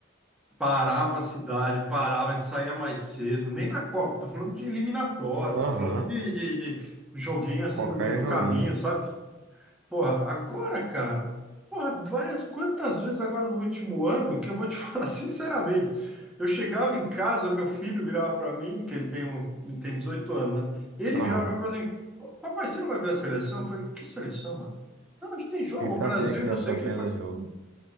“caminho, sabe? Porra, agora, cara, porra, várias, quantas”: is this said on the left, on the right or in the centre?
Centre